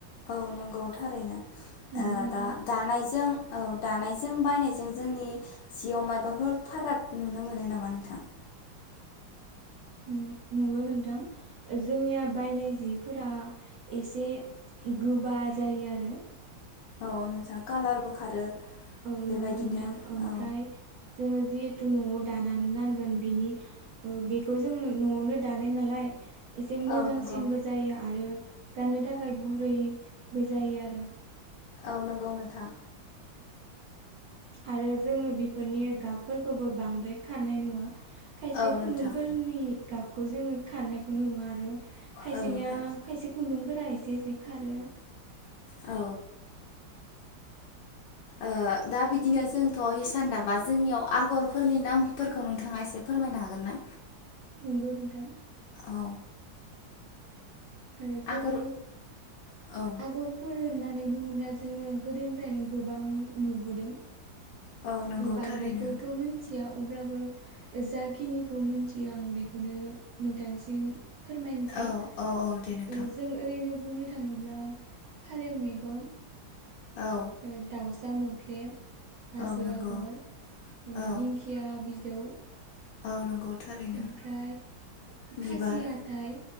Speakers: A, on the left (about 75°); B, on the right (about 65°).
A: औ नंगौ थारैनो। ओ
B: नंगौ नोंथां
A: दा दानायजों औ दानायजों बायनायजों जोंनि जियाव मायबाफोर फाराग नुनो मोनो नामा नोंथां?
B: उम नंगौ नोंथां ओ जोंनिया बायनाय जिफोरा एसे गोबा जायो आरो
A: औ नोंथां कालारबो खारो।
B: औ
A: बेबायदिनो
B: नंगौ नोंथां ओमफ्राय
A: औ
B: जोङो जि थ न'आव दानानै गानगोन बिनि ओ बेखौ जों न'आवनो दानाय नालाय एसे मोजांसिनबो
A: औ नंगौ
B: जायो आरो गाननो थाखाय गुरैबो जायो आरो
A: औ नंगौ नोंथां।
B: आरो जोङो बेफोरनि गाबफोरखौबो बांद्राय खारनाय नुवा। खायसे
A: औ
B: खुन्दुंफोरनि
A: नोंथां
B: गाबखौ जोङो खारनायखो नुवा आरो खायसेनिया
A: औ नोंथां
B: खायसे खुन्दुंफोरा एसे एसे खारो।
A: औ। ओ दा बिदिनो जोंथ' हिसान दाबा जोंनियाव आगरफोरनि नामफोरखौ नोंथाङा एसे फोरमायनो हागोन ना?
B: नंगौ नोंथां।
A: औ
B: ओ जोङो
A: आगर औ
B: आगरफोर होनना होननानै बुङोब्ला जोङो गोदोनिफ्रायनो गोबां नुबोदों।
A: औ नंगौ
B: बांद्रायखौथ'
A: थारैनो
B: मोनथि थिया अब्लाबो जाखिनिखौ मिथियो आं बेखौनो नोंथांनिसिम फोरमायनोसै
A: औ औ औ दे नोंथां
B: ओ जों ओरैनो बुंनो थाङोब्ला फारौ मेगन
A: औ
B: ओ दावसा सा मोख्रेब। हाजो
A: औ नंगौ
B: आगर ओ
A: औ
B: दिंखिया बिजौ
A: औ नंगौ। थारैनो
B: ओमफ्राय
A: बिबार
B: खासि हाथाइ